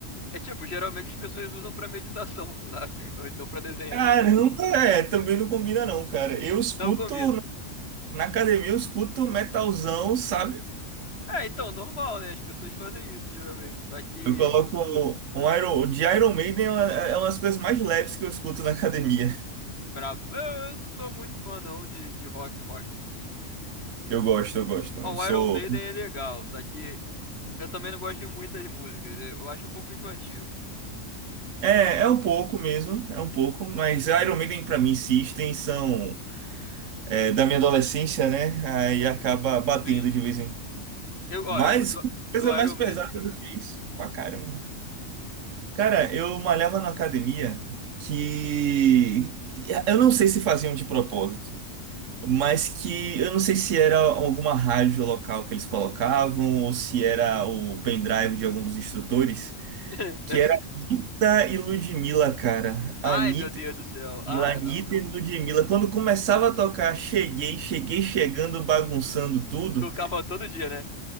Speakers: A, on the left (about 50°); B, on the right (about 75°).
A: É tipo, geralmente as pessoas usam pra meditação, <laughs> sabe? Ou então pra desenhar.
B: Cara, nunca. é, também não combina não, cara. Eu escuto
A: Não combina.
B: Na academia eu escuto metalzão, sabe?
A: É, então, normal, né? As pessoas fazem isso geralmente. Só que,
B: Eu coloco um Iron, de Iron Maiden é uma, é uma das coisas mais leves que eu escuto na academia.
A: brabo. Eu, eu não sou muito fã, não, de, de rock, rock.
B: Eu gosto, eu gosto. Eu
A: Ó,
B: sou
A: o Iron Maiden é legal, só que Eu também não gosto de muitas músicas. Eu acho um pouco enjoativo.
B: é, é um pouco mesmo, é um pouco, mas Iron Maiden pra mim, System são é, da minha adolescência, né? Aí acaba batendo
A: Sim.
B: de vez em quando.
A: Eu, ó,
B: Mas
A: eu, do,
B: coisa
A: do
B: mais
A: Iron Maiden.
B: pesada do que isso, pra caramba. Cara, eu malhava na academia que eu não sei se faziam de propósito. Mas que eu não sei se era alguma rádio local que eles colocavam ou se era o pendrive de algum dos instrutores,
A: <laughs>
B: que
A: Deve
B: era
A: ser.
B: Anitta e Ludmilla, cara.
A: Ai,
B: Anitta
A: meu Deus do céu. Ai,
B: e Ludmilla, Anitta
A: não.
B: e Ludmilla. Quando começava a tocar, cheguei, cheguei chegando, bagunçando tudo.
A: Tocava todo dia, né?